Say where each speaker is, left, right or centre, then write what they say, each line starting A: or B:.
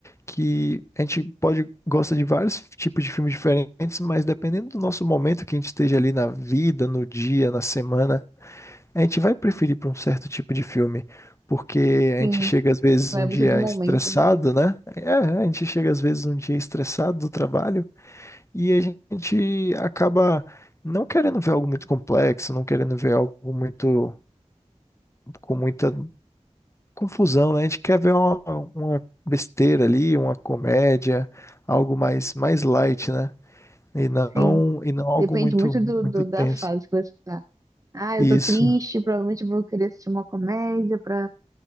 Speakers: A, on the left; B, on the right.
A: Que a gente pode gosta de vários tipos de filmes diferentes, mas dependendo do nosso momento que a gente esteja ali na vida, no dia, na semana, a gente vai preferir para um certo tipo de filme. Porque
B: sim.
A: a gente chega às vezes
B: Vai
A: um
B: muito
A: dia
B: do momento,
A: estressado,
B: né?
A: né? É, a gente chega às vezes um dia estressado do trabalho. E a gente acaba não querendo ver algo muito complexo, não querendo ver algo muito com muita confusão, né? A gente quer ver uma, uma besteira ali, uma comédia, algo mais mais light, né? E não
B: Sim.
A: e não algo
B: Depende
A: muito
B: muito do,
A: muito
B: do-
A: tenso.
B: da fase que você tá. Ah, eu
A: Isso,
B: tô triste, provavelmente vou querer assistir uma comédia pra